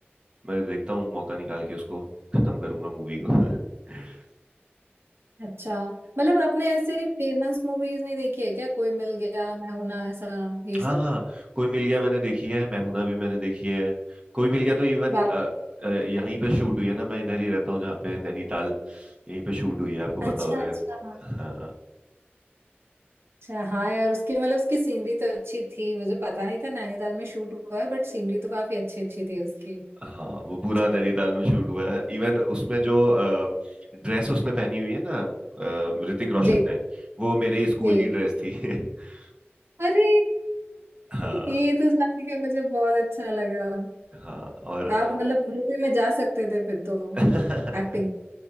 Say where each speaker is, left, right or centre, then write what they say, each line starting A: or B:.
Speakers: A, on the right; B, on the right.
A: मैं देखता हूँ मौका निकाल के उसको खत्म करूंगा मूवी को <laughs>
B: अच्छा मतलब आपने ऐसे फेमस मूवीज नहीं देखी है क्या कोई मिल गया मैं हूं ना ऐसा ये सब
A: हाँ हाँ कोई मिल गया मैंने देखी है मैं हूं ना भी मैंने देखी है कोई मिल गया तो इवन
B: बात
A: यहीं पे शूट हुई है ना मैं इधर ही रहता हूँ जहाँ पे नैनीताल यहीं पे शूट हुई है आपको
B: अच्छा
A: पता होगा
B: अच्छा
A: हाँ
B: अच्छा हाँ यार उसकी मतलब उसकी सीनरी तो अच्छी थी मुझे पता नहीं था नैनीताल में शूट हुआ है बट सीनरी तो काफी अच्छी अच्छी थी उसकी
A: हाँ वो पूरा
B: चलिए
A: नैनीताल में शूट हुआ है इवन उसमें जो ड्रेस उसने पहनी हुई है ना अ, ऋतिक रोशन
B: जी
A: ने वो मेरे ही स्कूल
B: जी
A: की ड्रेस थी <laughs>
B: अरे
A: हाँ
B: <laughs> ये तो जान के मुझे बहुत अच्छा लगा
A: हाँ और
B: आप मतलब मूवी में जा सकते थे फिर तो
A: <laughs>
B: एक्टिंग